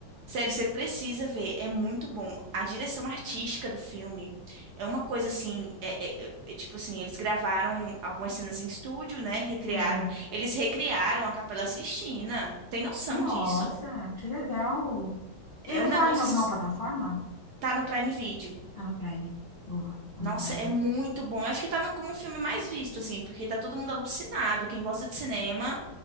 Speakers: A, on the right; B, on the left.
A: Sério, você precisa ver, é muito bom. A direção artística do filme é uma coisa assim, é, é- é- é tipo assim, eles gravaram algumas cenas em estúdio, né? Recriaram,
B: Aham.
A: eles recriaram a Capela Sistina. Tem noção
B: Nossa,
A: disso?
B: que legal. E
A: É
B: ele
A: um negócio
B: tá em alguma
A: assim,
B: plataforma?
A: tá no Prime Video.
B: Tá no Prime. Boa, tá
A: Nossa,
B: no Prime.
A: é muito bom. Eu acho que tá no, como o filme mais visto, assim, porque tá todo mundo alucinado. Quem gosta de cinema